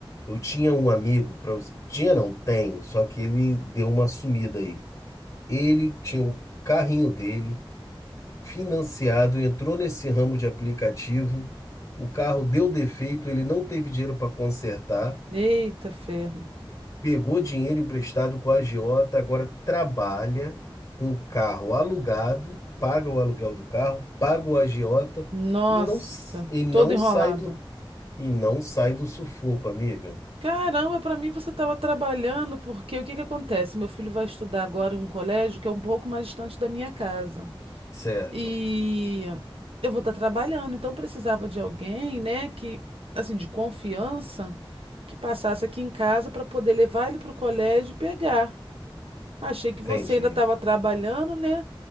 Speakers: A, on the left (about 40°); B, on the right (about 85°).
A: Eu tinha um amigo, pra... você- tinha não, tenho, só que ele deu uma sumida aí. Ele tinha o carrinho dele financiado, entrou nesse ramo de aplicativo, o carro deu defeito, ele não teve dinheiro para consertar
B: Eita ferro.
A: pegou dinheiro emprestado com a agiota, agora trabalha com o carro alugado, paga o aluguel do carro, paga o agiota
B: Nossa,
A: e não, s- e não
B: todo enrolado.
A: sai do, e não sai do sufoco, amiga.
B: Caramba, para mim você estava trabalhando, porque o que que acontece? Meu filho vai estudar agora em um colégio que é um pouco mais distante da minha casa.
A: Certo,
B: E eu vou estar trabalhando, então precisava de alguém, né, que assim, de confiança, que passasse aqui em casa para poder levar ele para o colégio e pegar. Achei que
A: entendi.
B: você ainda estava trabalhando, né?